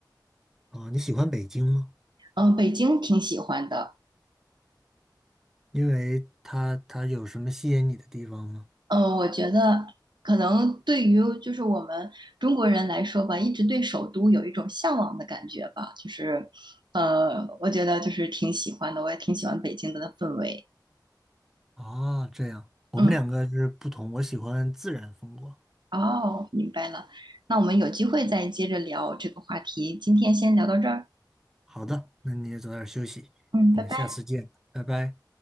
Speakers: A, in the centre; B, on the right.
A: 啊，你喜欢北京吗？
B: 嗯，呃北京挺喜欢的。
A: 因为它它有什么吸引你的地方吗？
B: 嗯，呃我觉得可能对于就是我们中国人来说吧，一直对首都有一种向往的感觉吧，就是呃，我觉得就是挺喜欢的，我也挺喜欢北京的氛围。
A: 哦，这样，我们两个是不同，
B: 嗯，
A: 我喜欢自然风光。
B: 哦，明白了。那我们有机会再接着聊这个话题，今天先聊到这儿。
A: 好的，那你也早点休息，
B: 嗯，
A: 我们下次见，
B: 拜拜。
A: 拜拜。